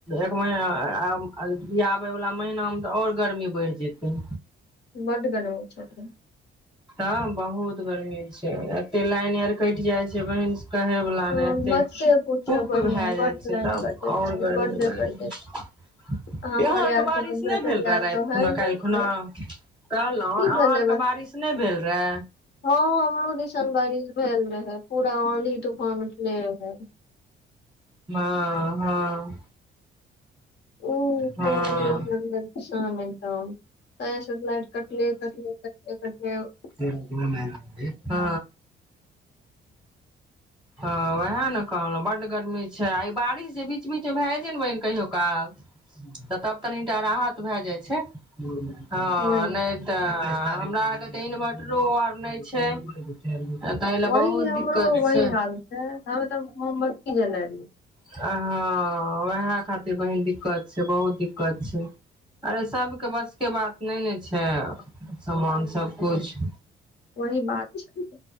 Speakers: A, in the centre; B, on the left.
A: एक महीना ई आबयवला महीनामे तऽ आओर गर्मी बढ़ि जेतै
B: बड गर्मी छले
A: तऽ बहुत गर्मी छै त लाइन आर कटि जाइ छै <unintelligible> कहयवला
B: ह
A: नहि एतेक
B: मते पूछब
A: कूप
B: बहिन
A: भए जाइ
B: बड्ड
A: छै
B: लाइन
A: तब
B: कटे
A: आओर
B: छै
A: गरमी
B: बड्ड
A: लागै
B: कटे छै
A: छै
B: आ हमर
A: यहाँ आरके
B: आर
A: बारिश
B: के इन्वर्टर
A: नहि भेल रहए
B: आर
A: राति
B: तऽ
A: खुना
B: है नहि
A: काल्हि खुना
B: छै
A: कहलहुं
B: की
A: अहा
B: भेलै
A: आर के
B: बहिन
A: बारिश नहि भेल रहे
B: हँ हमरो दिशन बारिश भेल रहे पूरान इ ट
A: हँ हँ
B: उ
A: हँ
B: कुमी कामे छों आइ सँ लाइट कटले क ट
A: द मना ह हँ उएह ने कहलहुँ बड्ड गर्मी छै आ ई बारिश जे बीच बीच भए जे ने बहि कहियो काल तऽ तब तनिटा राहत भए जाइ छै हँ
B: वही है।
A: नै त हमरा आर के तऽ इन्वोर्टरो आर नहि छै त तै ले
B: वही
A: बहुत
B: हमरो
A: दिक्कत
B: वही
A: छै
B: हाल हमे तऽ मोमबत्ती गेले रहिै
A: हँ उएह खातिर बहिन दिक्कत छै बहुत दिक्कत छै अरे सबके बसके बात नहि ने छै समान सबकुछ
B: ओहि बात छै